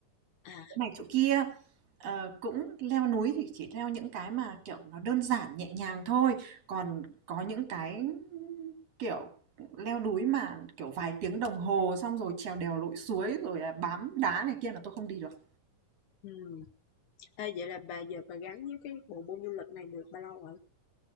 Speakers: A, on the left (about 75°); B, on the right (about 55°).
A: À,
B: chỗ
A: không
B: này chỗ kia Ờ, cũng leo núi thì chỉ leo những cái mà, kiểu, nó đơn giản nhẹ nhàng thôi, còn có những cái, kiểu, leo núi mà, kiểu, vài tiếng đồng hồ xong rồi trèo đèo lội suối rồi là bám đá này kia là tôi không đi được.
A: ừm, ê, vậy là bà giờ bà gắn với cái bộ môn du lịch này được bao lâu rồi?